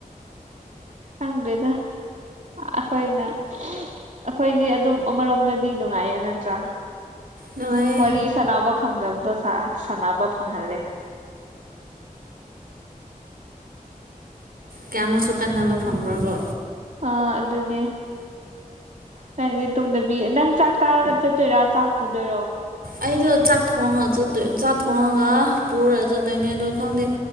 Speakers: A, on the right (about 55°); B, on the right (about 80°).
A: ꯈꯪꯗꯔꯦꯗ ꯑꯩꯈꯣꯏꯅ ꯑꯩꯈꯣꯏꯗꯤ ꯑꯗꯨꯝ ꯑꯃꯔꯣꯝꯗꯗꯤ ꯅꯨꯡꯉꯥꯏꯌꯦ ꯅꯠꯇ꯭ꯔꯥ
B: ꯅꯨꯡꯉꯥꯏꯌꯦ
A: ꯋꯥꯔꯤ ꯁꯥꯟꯅꯕ ꯐꯪꯗꯕꯗꯣ ꯁꯥꯟꯅꯕ ꯐꯪꯍꯜꯂꯦ
B: ꯀꯌꯥꯃꯨꯛꯁꯨ ꯀꯥꯟꯅꯕ ꯐꯪꯕ꯭ꯔ ꯀꯣ
A: ꯑꯥ ꯑꯗꯨꯅꯦ ꯅꯪꯗꯤ ꯇꯨꯡꯗꯕꯤ ꯅꯪ ꯆꯥꯛ ꯆꯥꯔꯒ ꯆꯠꯇꯣꯏꯔꯥ ꯆꯥꯛ ꯄꯨꯗꯣꯏꯔꯣ
B: ꯑꯩꯗꯣ ꯆꯥꯛ ꯊꯣꯡꯉ ꯆꯠꯇꯣꯏ ꯆꯥꯛ ꯊꯣꯡꯉꯒ ꯄꯨꯔꯒ ꯆꯠꯇꯣꯏꯅꯦ ꯑꯗꯣ ꯈꯪꯗꯦ